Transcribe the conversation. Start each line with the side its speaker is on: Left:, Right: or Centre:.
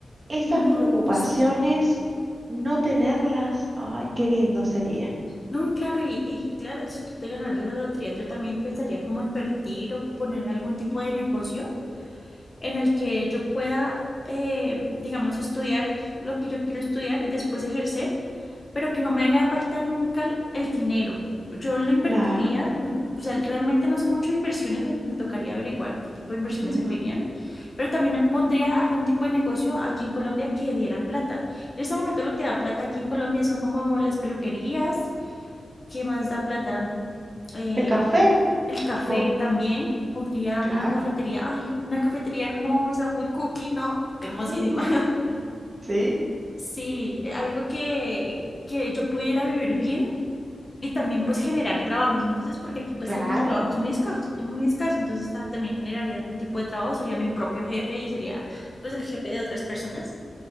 Right: esas
Left: No,
Right: preocupaciones,
Left: sí.
Right: no tenerlas, ay, qué lindo sería.
Left: No, claro, y, y claro, si tú te ganaras la lotería, yo también pensaría como invertir o poner algún tipo de negocio en el que yo pueda, eh, digamos, estudiar lo que yo quiero estudiar y después ejercer pero que no me haga falta nunca el, el dinero. Yo lo invertiría,
Right: Claro.
Left: mm, o sea, realmente no sé mucho de inversiones, me, me tocaría averiguar qué tipo de inversiones
Right: Ujú.
Left: servirían, pero también pondría algún tipo de negocio aquí en Colombia que diera plata. En este momento lo que da plata aquí en Colombia son como las peluquerías, ¿qué más da plata? Mm, eh,
Right: El café,
Left: el café
Right: con,
Left: también, pondría
Right: claro.
Left: una cafetería, ay, una cafetería hermosa, muy cookie, ¿no? Hermosísima.
Right: Ujú,
Left: <laughs>
Right: Sí,
Left: Sí, eh, algo que, que yo pudiera vivir bien y también pues generar trabajos, entonces porque aquí pues
Right: claro.
Left: el trabajo es muy escaso, muy escaso, entonces ta- también generaría algún tipo de trabajo, sería mi propio jefe y sería pues el jefe de otras personas.